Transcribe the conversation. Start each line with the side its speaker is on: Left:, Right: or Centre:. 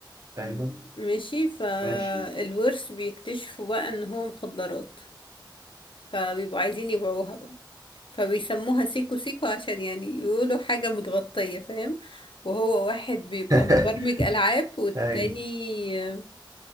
Right: أيوه
Left: ماشي فالورث
Right: ماشي
Left: بيكتشفوا بقى ان هو مخدرات فبيبقوا عايزين يبيعوها بقى فبيسموها سيكو سيكو عشان يعني يقولوا حاجة متغطية فاهم وهو واحد بيبقى
Right: <laughs>
Left: مبرمج ألعاب والتاني
Right: أيوه
Left: آه،